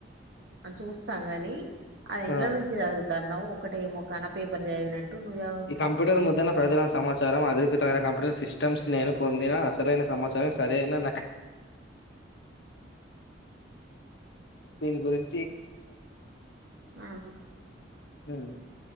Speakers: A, on the right; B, on the left.
A: అ చూస్తాం గని అది ఎండ్ల
B: ఆ
A: నుంచి చదువు తన్నవ్ ఒకటేమోకాన పేపర్ చదివినట్టు నువ్వు
B: ఈ కంప్యూటర్ ముద్రన ప్రధాన సమాచారం అధి త కంప్యూటర్ సిస్టమ్స్ నేను పొందిన అసలైన సమాచారం సరై నా దీని గురిం
A: ఆ
B: ఉమ్.